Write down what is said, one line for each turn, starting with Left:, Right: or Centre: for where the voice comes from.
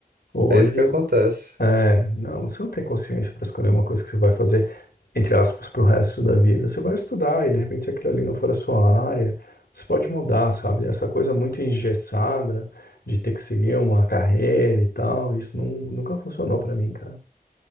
Left: hoje
Right: é isso que acontece.
Left: é, não, você não tem consciência para escolher uma coisa que você vai fazer, entre aspas, pro resto da vida. Você vai estudar e de repente se aquilo ali não for a sua área, você pode mudar, sabe? Essa coisa muito engessada de ter que seguir uma carreira e tal, isso não, nunca funcionou para mim, cara.